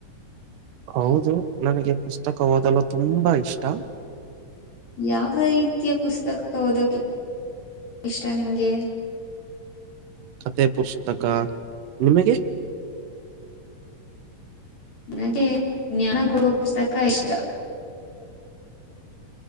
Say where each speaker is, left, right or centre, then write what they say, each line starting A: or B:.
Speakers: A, on the right; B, on the left.
A: ಹೌದು ನನಗೆ ಪುಸ್ತಕ ಓದಲು ತುಂಬಾ ಇಷ್ಟ
B: ಯಾವ ರೀತಿಯ ಪುಸ್ತಕ ಓದಕಿ ಇಷ್ಟ ನಿಮ್ಗೆ
A: ಕತೆೆ ಪುಸ್ತಕ ನಿಮಗೆ
B: ನನಗೆ ಜ್ಞಾನ ಕೊಡುವ ಪುಸ್ತಕ ಇಷ್ಟ